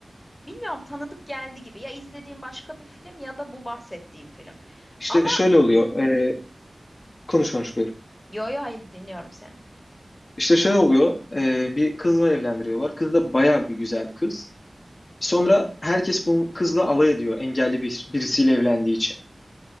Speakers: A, on the left; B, on the left.
A: Bilmiyorum tanıdık geldi gibi. Ya izlediğim başka bir film ya da bu bahsettiğim film.
B: İşte
A: Ama
B: şöyle oluyor. e, konuş konuş buyur.
A: yo yo hayır dinliyorum seni.
B: İşte şöyle oluyor. e, bir kızla evlendiriyorlar. Kız da bayağı bir güzel kız. Sonra herkes bu kızla alay ediyor. Engelli bir, birisiyle evlendiği için.